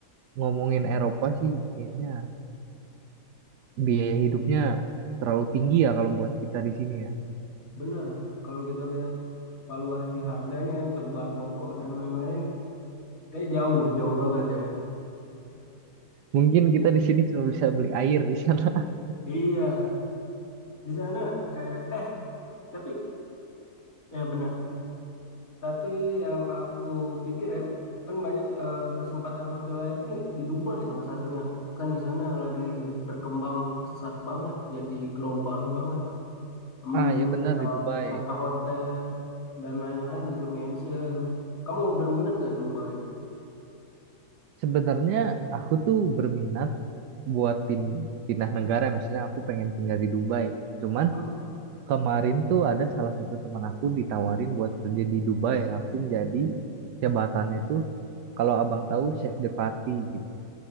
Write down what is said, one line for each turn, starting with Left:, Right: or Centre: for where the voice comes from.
Right: ngomongin Eropa sih, kayaknya biaya hidupnya terlalu tinggi ya kalau buat kita di sini ya.
Left: Bener, kalau kita lihat valuasi harganya ya untuk bahan pokok dan lain-lain, kayak jauh, jauh banget ya.
Right: Mungkin kita di sini cuma bisa beli air di sana. <laughs>
Left: Iya, di sana kayak eh tapi ya benar Tapi yang aku pikir ya, kan banyak eh, kesempatan hotel air nih di Dubai salah satunya. Kan di sana lagi berkembang pesat banget, jadi global banget. Em,
Right: Ah
Left: dunia
Right: ya benar di Dubai.
Left: wisata hotel dan lain-lain gitu, mansion. Kamu berminat nggak Dubai?
Right: Sebenarnya aku tuh berminat buat pin- pindah negara, misalnya aku pengen tinggal di Dubai. Cuman
Left: Hmm?
Right: kemarin tuh ada salah satu teman aku ditawarin buat kerja di Dubai, langsung jadi jabatannya tuh kalau abang tahu chef de party gitu.